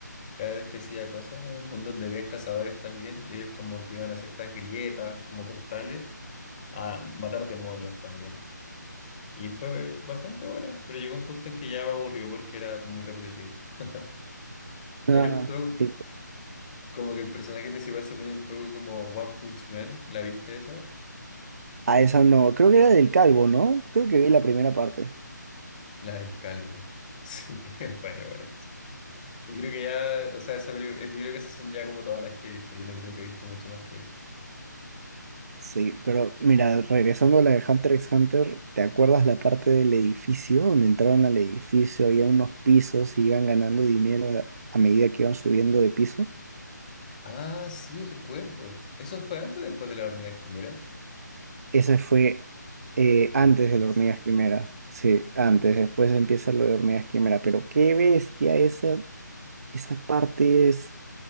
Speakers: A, on the left; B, on the right.
A: cada vez que hacía cosas. en un mundo donde habían cazadores también y ellos como que iban a ciertas grietas, como portales, a matar demonios también. Y fue bastante buena, pero llegó un punto en que ya me aburrió porque era muy repetitivo. <laughs>
B: Ah,
A: Era un poco
B: sí.
A: como que el personaje principal se ponía un poco como One Punch Man, ¿la viste esa?
B: A esa no, creo que era del calvo, ¿no? Creo que vi la primera parte.
A: La del calvo. Sí, <laughs> es bueno, bueno. es- Yo creo que ya, o sea, esa peli- eh, yo creo que esas son ya como todas las que he visto. Yo no creo que he visto mucho más que eso.
B: Sí, pero mira, regresando a la de Hunter x Hunter, ¿te acuerdas la parte del edificio? Donde entraron al edificio, había unos pisos y iban ganando dinero a a medida que iban subiendo de piso.
A: Ah, sí, recuerdo. ¿Eso fue antes o después de la hormiga quimera?
B: Ese fue eh, antes
A: Antes.
B: de las hormigas quimera. Sí, antes. Después empieza lo de hormigas quimera. Pero qué bestia, esa, esa parte es